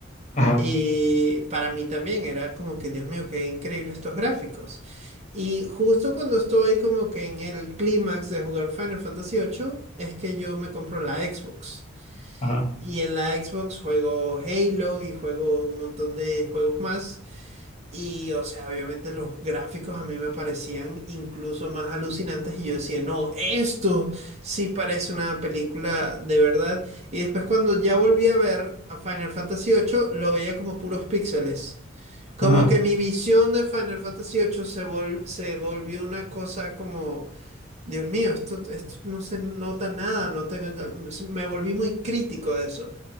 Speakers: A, on the left (about 35°); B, on the right (about 35°).
A: Ajá,
B: y para mí también era como que, Dios mío, qué increíble estos gráficos. Y justo cuando estoy como que en el clímax de jugar Final Fantasy ocho es que yo me compro la Xbox.
A: ajá.
B: Y en la Xbox juego Halo y juego un montón de juegos más. Y, o sea, obviamente los gráficos a mí me parecían incluso más alucinantes y yo decía, no, esto sí parece una película de verdad. Y después cuando ya volví a ver a Final Fantasy ocho lo veía como puros píxeles. Como
A: Ajá,
B: que mi visión de Final Fantasy ocho se vol- se volvió una cosa como, Dios mío, esto, esto no se nota nada, no tengo, no- me volví muy crítico de eso.